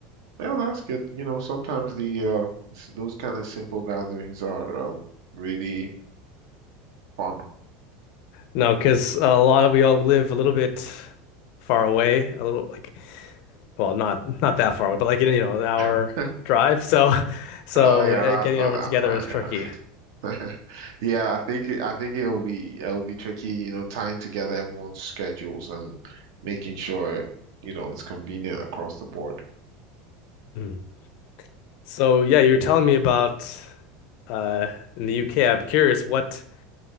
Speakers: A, on the right; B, on the left.
A: Yeah, that's good. You know, sometimes the uh s- those kind of simple gatherings are um really fun.
B: No, because a lot of we all live a little bit far away, a little like well, not not that far away, but like you know, an hour
A: <laughs>
B: drive. So, <laughs> so
A: Oh yeah,
B: uh,
A: that's
B: getting
A: not
B: everyone
A: that
B: together
A: fun.
B: is tricky.
A: Yeah, <laughs> yeah. I think it, I think it'll be it'll be tricky. You know, tying together everyone's schedules and making sure you know it's convenient across the board.
B: Mm. So yeah, you were telling me about uh in the UK. I'm curious what